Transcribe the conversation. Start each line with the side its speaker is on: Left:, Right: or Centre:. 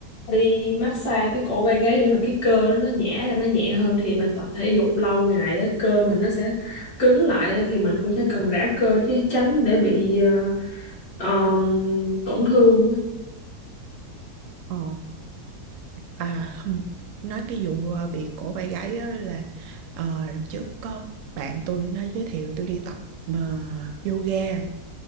Left: đi massage cái cổ vai gáy để mà cái cơ đó nó nhẹ ra nó nhẹ hơn thì mình tập thể dục lâu ngày á cơ mình nó sẽ cứng lại á, thì mình cũng phải cần rã cơ chứ tránh để bị ờ, ờ, tổn thương á.
Right: ờ, à hừm, nói cái vụ ờ, bị cổ vai gáy á là ờ, đợt trước có bạn tôi nó giới thiệu tôi đi tập mà yoga